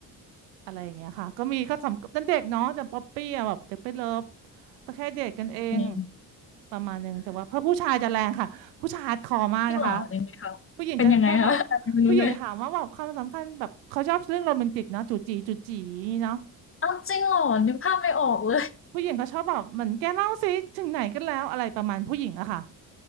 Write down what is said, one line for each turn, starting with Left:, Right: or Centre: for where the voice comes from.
Right: อะไรอย่างเงี้ยค่ะก็มีก็สำตั้งเด็กเนาะแต่ป๊อปปี้อะแบบเด็กไปเลิฟก็แค่เดทกันเอง
Left: จริง
Right: ประมาณนึงแต่ว่าเพราะผู้ชายจะแรงค่ะผู้ชายฮาร์ดคอร์มากนะคะ
Left: จริงเหรอจริงไหมคะเป็นยังไงคะไม่รู้เลย
Right: ผู้หญิงจะแค่แบบผู้หญิงถามว่าแบบความสัมพันธ์แบบเขาชอบเรื่องโรแมนติกเนาะจูจีจูจีเนาะ
Left: เอ้าจริงเหรอนึกภาพไม่ออกเลย
Right: ผู้หญิงเขาชอบแบบเหมือนแกเล่าสิถึงไหนกันแล้วอะไรประมาณผู้หญิงอะค่ะ